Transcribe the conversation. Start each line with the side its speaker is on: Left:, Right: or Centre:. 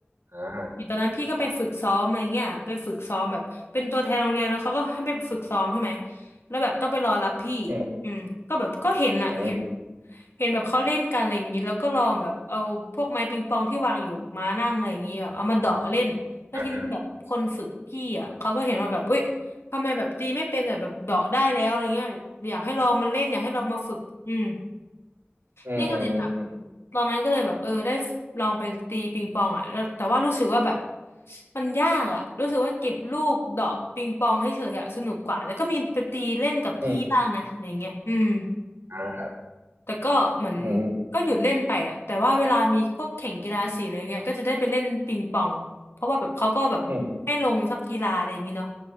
Right: อ่า
Left: ตอนนั้นพี่ก็ไปฝึกซ้อมอะไรเงี้ยไปฝึกซ้อมแบบเป็นตัวแทนโรงเรียนแล้วเขาก็ให้ไปฝึกซ้อมใช่ไหมแล้วแบบต้องไปรอรับพี่
Right: อืม
Left: อืมก็แบบก็เห็นอ่ะเห็น
Right: อืม
Left: เห็นแบบเขาเล่นกันอะไรอย่างงี้แล้วก็ลองแบบเอาพวกไม้ปิงปองที่วางอยู่มานั่งอะไรอย่างงี้แบบเอามาเดาะเล่น แล้วทีนี้แบบคนฝึกพี่อ่ะเขาก็เห็นว่าแบบเว้ย
Right: อ่า
Left: ทำไมแบบตีไม่เป็นแต่แบบเดาะได้แล้วอะไรเงี้ยอยากให้ลองมาเล่นอยากให้ลองมาฝึกอืม
Right: อืมอืมอืม
Left: นี่ก็เลยแบบตอนนั้นก็เลยแบบเออได้ลองไปตีปิงปองอ่ะแล้วแต่ว่ารู้สึกว่าแบบมันยากอ่ะรู้สึกว่าเก็บลูกเดาะปิงปองให้เฉยๆอะสนุกกว่าแล้วก็มีไปตีเล่นกับพี่บ้างนะอะไรเงี้ยอืม
Right: อืมอ่า
Left: แต่ก็เหมือน
Right: อืม
Left: ก็หยุดเล่นไปอะแต่ว่าเวลามีพวกแข่งกีฬาสีอะไรเงี้ยก็จะได้ไปเล่นปิงปองเพราะว่าแบบเขาก็แบบให้ลงสักกีฬาอะไรอย่างงี้เนาะ
Right: อืม